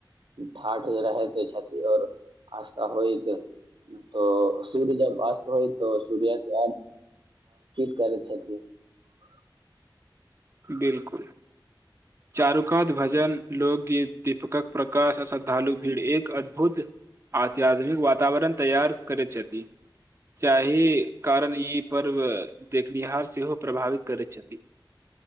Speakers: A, on the right; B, on the right.
A: -ठाठ रहैत छथि और आस्था होइत तऽ सूर्य जब अस्त होय त सूर्य के अर्ध। करै छथि। <unintelligible>
B: बिलकुल। <unintelligible> चारुकात भजन लोकगीत दीपकक प्रकाश श्रद्धालु भीड़ एक अद्भुत। <unintelligible> आत्याधुनिक वातावरण। <unintelligible> तैयार करैत छथि -तहि कारण ई पर्व देखनिहार सेहो प्रभावित करैत छथि। <unintelligible>